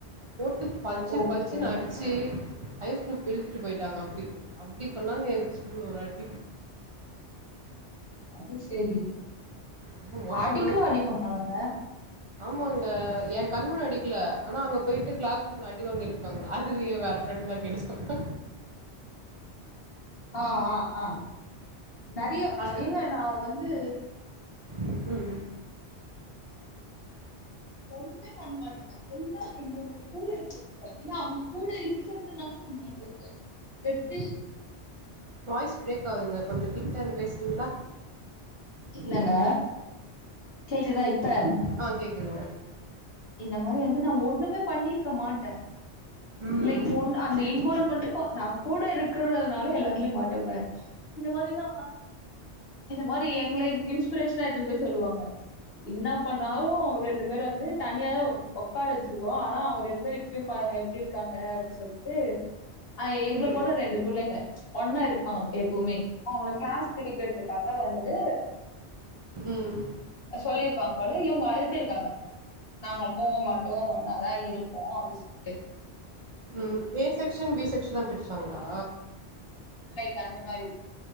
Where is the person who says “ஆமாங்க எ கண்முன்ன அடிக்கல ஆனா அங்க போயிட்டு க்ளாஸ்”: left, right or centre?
Right